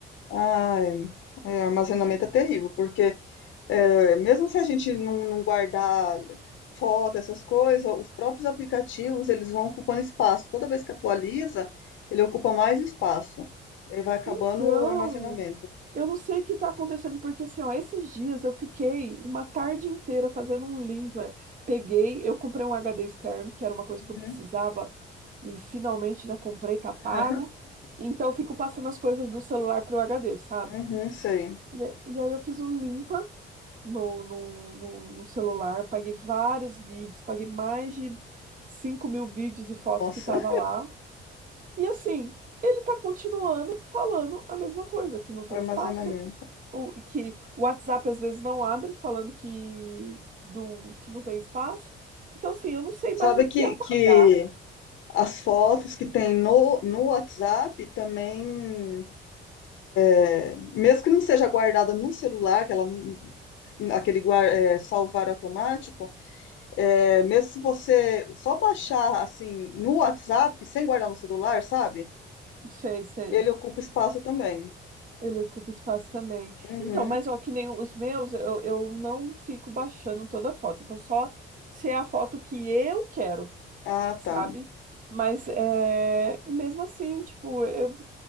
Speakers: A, on the left; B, on the right.
A: Ah, é, é, armazenamento é terrível, porque É, mesmo se a gente não, não guardar foto, essas coisas, os próprios aplicativos, eles vão ocupando espaço. Toda vez que atualiza, ele ocupa mais espaço. E aí vai acabando
B: Então.
A: o armazenamento.
B: Eu não sei o que está acontecendo, porque assim, ó, esses dias eu fiquei uma tarde inteira fazendo um limpa. Peguei, eu comprei um HD externo, que era uma coisa
A: Uhum,
B: que eu precisava, e finalmente, né, comprei, tá pago.
A: <laughs>
B: Então eu fico passando as coisas do celular pro HD, sabe?
A: uhum, sei.
B: E, a- e aí eu fiz um limpa no, no, no, no celular, paguei vários vídeos, paguei mais de cinco mil vídeos e fotos
A: Nossa,
B: que tava lá. E assim, ele tá continuando falando a mesma coisa,
A: <laughs>
B: que não tem
A: o armazenamento.
B: espaço o, que o WhatsApp às vezes não abre, falando que, do, que não tem espaço. Então, assim, eu não sei
A: Sabe
B: mais o que
A: que,
B: apagar.
A: que as fotos que tem no, no WhatsApp também, eh, mesmo que não seja guardada no celular, que ela não- aquele guar- é, salvar automático, É, mesmo se você só baixar assim no WhatsApp, sem guardar no celular, sabe?
B: Sei, sei.
A: Ele ocupa espaço também.
B: Ele ocupa espaço também.
A: Uhum.
B: Então, mas ó, que nem os meus, eu, eu não fico baixando toda a foto. Então, só se é a foto que eu quero,
A: Ah,
B: sabe?
A: tá.
B: Mas é, mesmo assim, tipo, eu,